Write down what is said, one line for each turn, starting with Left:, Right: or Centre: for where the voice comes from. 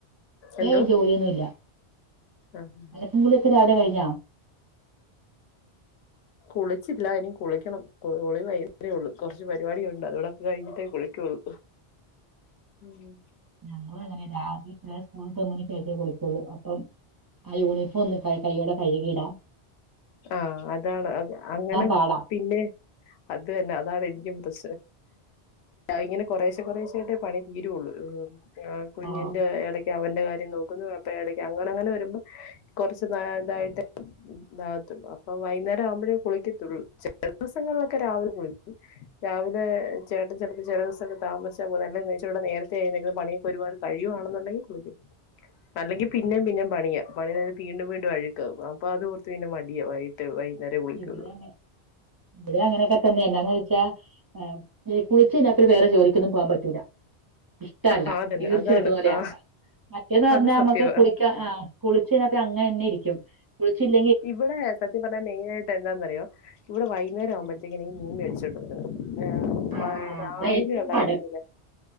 Left: എന്തോ
Right: ഏ ജോലിയൊന്നുല്ല
Left: ആഹ്
Right: അലക്കും കുളിയൊക്കെ രാവിലെ കഴിഞ്ഞോ
Left: കുളിച്ചില്ല ഇനി കുളിക്കണം കുളി വൈകുന്നേരെ ഉള്ളു കൊറച്ച് പരിപാടിയൊക്കെ ഒണ്ട് അതുടെക്കെ കഴിഞ്ഞിട്ടേ കുളിക്കുള്ളൂ ഉം
Right: ഞങ്ങള്ങ്ങനെയ രാത്രി പിള്ളേര് സ്കൂള് വിട്ട് വന്നിട്ടേ കുളിക്കൂള്ളൂ അപ്പം ആ യൂണിഫോം ഒന്ന് ക കയ്യോടെ കഴുകിടാം
Left: ആ അതാണ് അങ്ങനെ
Right: പാടാ
Left: പിന്നെ അത് തന്നെ അതാണ് എനിക്കും പ്രശ്നം ഇങ്ങനെ കൊറേശ കൊറെശ ആയിട്ടേ പണി തീരുള്ളൂ. ആ കുഞ്ഞിന്റെ
Right: ആഹ്
Left: ഇടയ്ക്ക് അവൻ ന്റെ കാര്യം നോക്കുന്നുപ്പയടക്ക അങ്ങനെങ്ങനെ വരുമ്പ കുറച്ചു തായിട്ട് ത് അപ്പ വൈന്നേരം ആവുമ്പോഴേ കുളിക്കത്തുള്ളൂ ദിവസങ്ങളിലൊക്കെ രാവിലെ കുളിക്കും രാവിലെ ചേട്ടൻ ചിലപ്പോ ചിലസോം താമസാ കൊറേ എന്നെ ഇടെ നേരത്തെ എഴുനേച്ചു പണിയൊക്കെ ഒരുപാട് നേരെത്തെ കഴിയവാണെന്നുണ്ടെിൽകുളിക്കും അല്ലെങ്കിൽ പിന്നേം പിന്നേം പണിയാ പണിത് വീണ്ടും വീണ്ടും അഴുക്കാവും അപ്പൊ അത് ഓർത്ത് പിന്നെ മടിയ വൈകിട്ട് വൈകുന്നേരേ കുളിക്കുള്ളൂ
Right: ഇവിടെ അങ്ങനെ ഇവിടെ അങ്ങനെയൊക്കെ തന്നെ എന്നാന്ന് വെച്ചാഇ കുളിച്ച്കഴിഞ്ഞപിന്നെ വേറോരു ജോലിക്കൊന്നും പോകാൻ പറ്റൂല ഇഷ്ടല്ല
Left: ആ അതന്നെ
Right: തീർച്ചയെടുക്കുന്ന
Left: അതാണ്
Right: പോലയ
Left: ആ
Right: മറ്റേന്ന് പറഞ്ഞാൽ
Left: അത് സത്യവാ
Right: നമ്മക്ക് കുളിക്കാ അ കുളിച്ചയിഞ്ഞ പിന്ന അങ്ങന്നെ ഇരിക്കും കുളിച്ചയ്യ്ഞ്ഞാ.
Left: ഇവിടെ സത്യം പറഞ്ഞാൽ മെയിനായിയിട്ട് എന്താന്നറിയോ ഇവിടെ വൈന്നേരം ആവുമ്പോഴത്തേന്
Right: ഉം
Left: ഈ മീൻ മേടിച്ചോണ്ട് വരുന്നേ
Right: ആ
Left: എ രാവിലെയുള്ള
Right: അതാ ഏറ്റവും പാട്
Left: ഇതില